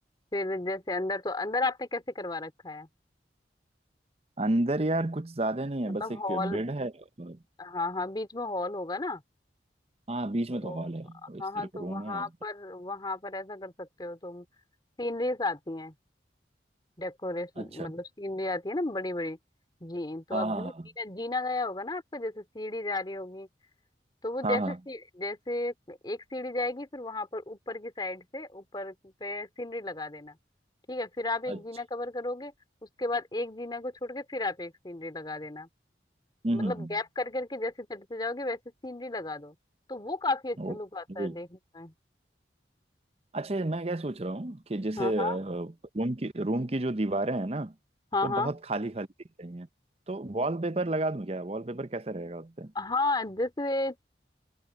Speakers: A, on the left (about 25°); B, on the right (about 35°).
A: फिर जैसे अंदर तो अंदर आपने कैसे करवा रखा है
B: अंदर यार कुछ ज्यादा नहीं है
A: मतलब
B: बस एक
A: हॉल
B: बेड है और-
A: हाँ हाँ बीच में हॉल होगा ना
B: हाँ बीच
A: तो
B: में तो हॉल है और इस
A: हाँ हाँ
B: तरफ
A: तो
B: रूम
A: वहां
B: है
A: पर वहां पर ऐसा कर सकते हो तुम सीनरीज आती हैं डेकोरेशन
B: अच्छा
A: मतलब सीनरी आती है ना बड़ी बड़ी जी तो
B: हाँ
A: अब
B: हाँ
A: जैसे
B: हाँ
A: जीना जीना गया होगा ना आपका जैसे सीढ़ी जा रही होगी तो वो
B: हाँ
A: जैसे
B: हाँ
A: सी- जैसे एक सीढ़ी जाएगी फिर वहां पर ऊपर की साइड से ऊपर पे सीनरी लगा देना ठीक है फिर आप एक
B: अच्छा
A: जीना कवर करोगे उसके बाद एक जीना को छोड़ के फिर आप एक सीनरी लगा देना
B: हम्म
A: मतलब
B: हम्म, हम्म,
A: गैप कर करके जैसे चढ़ते जाओगे वैसे सीनरी लगा दो तो वो काफी अच्छा
B: ओके
A: लुक आता है देखने में
B: अच्छा मैं क्या सोच रहा हूँ कि जैसे
A: हाँ हाँ
B: रूम की रूम की जो दीवारें हैं ना
A: हाँ
B: वो
A: हाँ
B: बहुत खाली खाली दिख रही हैं तो वॉलपेपर लगा दूं क्या वॉलपेपर कैसा रहेगा उस पे
A: हाँ जैसे अ,